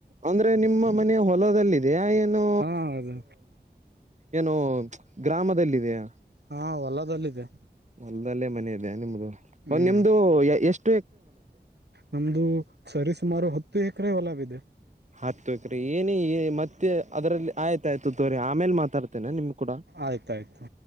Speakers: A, on the right; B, on the right.
A: ಅಂದ್ರೆ ನಿಮ್ಮ ಮನ ಹೊಲದಲ್ಲಿದೆಯಾ. ಏನು
B: ಹಾ ಅದು
A: ಏನು ಗ್ರಾಮದಲ್ಲಿದೆಯ.
B: ಹಾ ಹೊಲದಲ್ಲಿದೆ.
A: ಅಲ್ದಲ್ಲೇ ಮನೆ ಇದೆೆಯಾ ನಿಮ್ದು
B: ಹ್ಮ್
A: ಒ ನಿಮ್ದು ಎಷ್ಟ.
B: ನಮ್ದು ಸರಿಸುಮಾರು ಹತ್ತು ಎಕರೆ ಹೊಲಬ ಇಿದೆ.
A: ಹತ್ಕ್ರಿ ಏನ ಮತ್ತೆ ಅದ್ರಲ್ಲಿ ಆಯ್ತಾಯ್ತು ತೋರಿ ಆಮೇಲೆ ಮಾತಾಡ್ತ. ನಾ ನಿಮ್ ಕೂಡ.
B: ಆಯ್ತಾಯ್ತು